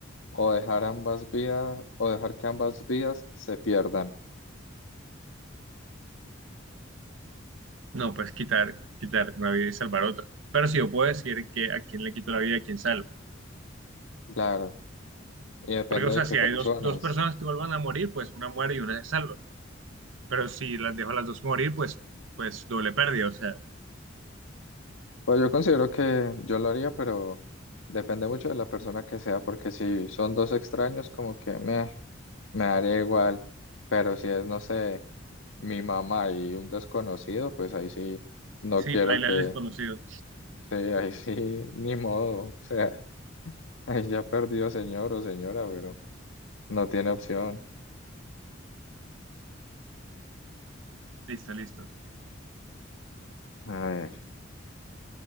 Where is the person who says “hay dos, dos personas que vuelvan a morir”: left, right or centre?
Right